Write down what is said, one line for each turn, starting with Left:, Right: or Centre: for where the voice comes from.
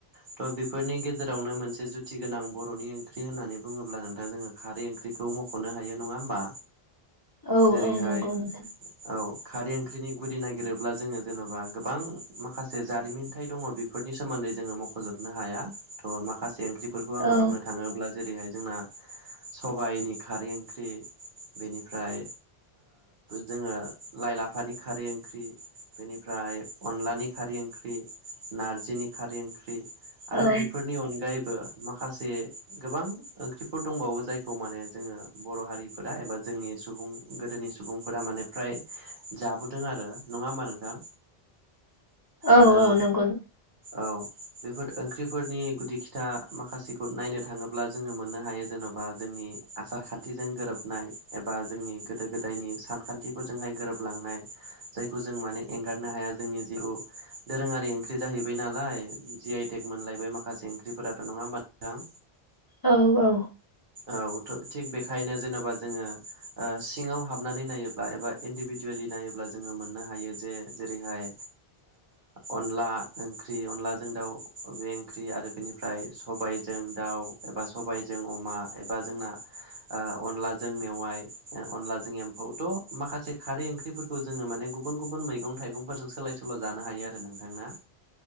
Right: थ' बेफोरनि गेजेरावनो मोनसे जुथि गोनां बर'निं ओंख्रि होननानै बुङोब्ला नोंथां जोङो खारै ओंख्रिखौ मख'नो हायो नङा होमबा
Left: औ
Right: जेरैहाय
Left: औ नंगौ नोंथां
Right: औ खारै ओंख्रिनि गुदि नागिरोब्ला जोङो जेन'बा गोबां माखासे जारिमिन दङ बेफोरनि सोमोन्दै जोङो मख'जोबनो हाया थ' माखासे ओंख्रिफोरखौ आङो
Left: औ
Right: बुंनो थाङोब्ला जेरैहाय जोंना सबायाइनि खारै ओंख्रि बेनिफ्राय जोङो लाइ लाफानि खारै ओंख्रि बेनिफ्राय अनलानि खारै ओंख्रि नारजिनि खारै ओंख्रि आरो
Left: औ
Right: बेफोरनि अनगायैबो माखासे गोबां ओंख्रिफोर दंबावो जायखौ माने जोङो बर' हारिफोर एबा जोंनि सुबुं गोदोनि सुबुंफोरा माने फ्राय जाबोदों आरो नङा होमा नोंथां
Left: औ
Right: आरो
Left: औ नंगौ
Right: औ बेफोर ओंख्रिफोरनि गुदि खिथा माखासेखौ नायनो थाङोब्ला जोङो मोननो हायो जेन'बा बा जोंनि आसार खान्थिजों गोरोबनाय एबा जोंनि गोदो गोदायनि सानखान्थि फोरजोंहाय गोरोबलांनाय जायखौ जों माने एंगारनो हाया जोंनि जिथु दोरोङारि ओंख्रि जाहैबाय नालाय जि आइटेक मोनलायबाय माखासे ओंख्रिफोराथ' नङा होमबा मोजां
Left: औ औ।
Right: औथ' थिग बेखायनो जेनेबा जोङो ओ सिङाव हाबनानै नायोब्ला एबा इन्दिभिजुवेलि नायोब्ला जोङो मोननो हायो जे जेरैहाय अनला ओंख्रि अनलाजों दाउ बे ओंख्रि आरो बेनिफ्राय सबायजों दाउ एबा सबायजों अमा एबा जोंना अनलाजों मेवाय अनला जोंनि एम्फौथ' माखासे खारै ओंख्रिफोरखौ जोङो माने गुबुन गुबुन मैगं थाइगंफोरजों सोलाय स सोल' जानो हायो आरो नोंथांना